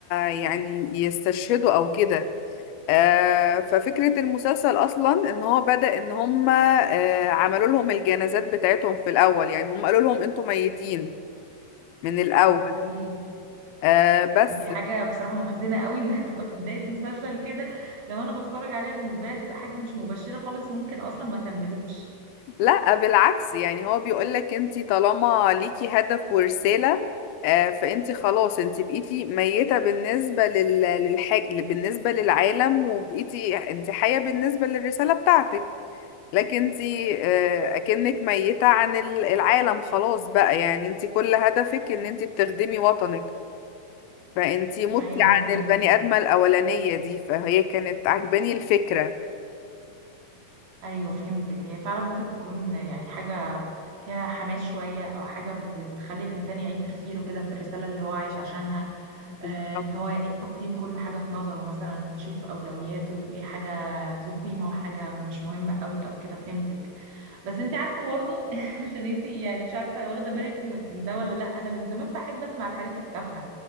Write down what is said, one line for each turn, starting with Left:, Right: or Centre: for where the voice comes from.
Left: يعني يستشهدوا او كده آه، ففكره المسلسل اصلا ان هو بدأ ان هما آه، عملوا لهم الجنازات بتاعتهم في الاول يعني هما قالوا لهم انتوا ميتين من الاول
Right: اوكي
Left: آه بس
Right: دي حاجه بصراحه محزنه قوي <laughs> انها تبقى في بدايه مسلسل كده لو انا بتفرج عليها بالنسبه لي هتبقى حاجه مش مبشره خالص ممكن اصلا ما كملوش
Left: لا بالعكس يعني هو بيقولك انت طالما ليكي هدف ورسالة آه فانت خلاص انت بقيتي ميتة بالنسبة لل... للحاج... بالنسبة للعالم وبقيتي انت حية بالنسبة للرسالة بتاعتك لكن انت آه اكنك ميتة عن ال- العالم خلاص بقى يعني انت كل هدفك ان انت بتخدمي وطنك فانت متي
Right: ايوه
Left: عن
Right: فهمت
Left: البني آدمة الأولانية دي فهي كانت عجباني الفكرة
Right: ايوه فهمتك هي فعلا ممكن تكون يعني حاجه فيها حماس شويه او حاجه بتخلي الانسان يعيد تفكيره كده في الرساله اللي هو عايش عشانها
Left: بالظبط
Right: آه، ان هو يعيد تقييم كل حاجه في نظره مثلا ويشوف اولوياته وايه حاجه ذو قيمه وحاجه مش مهمه قوي او كده فهمتك بس انت عارفه برضه <laughs> عشان انت يعني مش عارفه واخده بالك من ده ولا لا انا من زمان بحب اسمع الحاجات التافهه